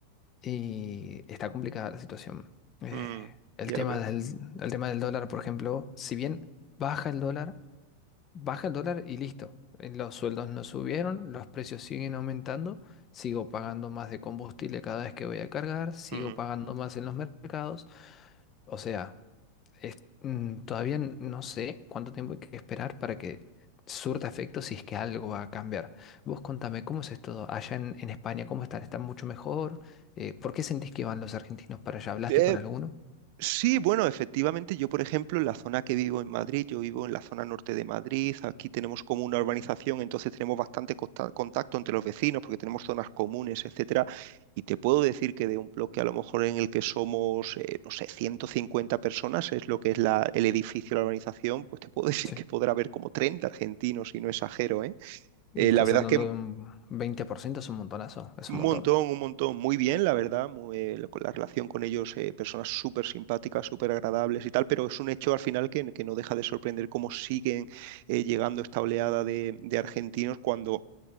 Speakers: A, on the left (about 30°); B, on the right (about 55°).
A: y está complicada la situación. Eh,
B: mm,
A: el
B: ya
A: tema
B: veo.
A: del, el tema del dólar, por ejemplo, si bien baja el dólar, baja el dólar y listo. Eh, Los sueldos no subieron, los precios siguen aumentando, sigo pagando más de combustible cada vez que voy a cargar, sigo
B: mm.
A: pagando más en los mercados. O sea es- mm, todavía n- no sé cuánto tiempo hay que esperar para que surta efecto si es que algo va a cambiar. Vos contame, ¿cómo es esto allá en, en España? ¿Cómo están? ¿Están mucho mejor? Eh, ¿por qué sentís que van los argentinos para allá? ¿Hablaste
B: Eh,
A: con alguno?
B: Sí, bueno, efectivamente, yo por ejemplo, en la zona que vivo en Madrid, yo vivo en la zona norte de Madrid, aquí tenemos como una urbanización, entonces tenemos bastante costa- contacto entre los vecinos porque tenemos zonas comunes, etcétera, y te puedo decir que de un bloque a lo mejor en el que somos, eh, no sé, 150 personas, es lo que es la, el edificio, la urbanización, pues te puedo <laughs> decir
A: Sí.
B: que podrá haber como 30 argentinos, si no exagero, ¿eh?
A: Y
B: Eh,
A: estás
B: la verdad
A: hablando
B: que
A: de un veinte por ciento es un montonazo, es
B: un
A: un montón.
B: montón, un montón. Muy bien, la verdad. Muy, eh, la, la relación con ellos, eh, personas súper simpáticas, súper agradables y tal, pero es un hecho al final que, que no deja de sorprender cómo siguen eh, llegando esta oleada de, de argentinos cuando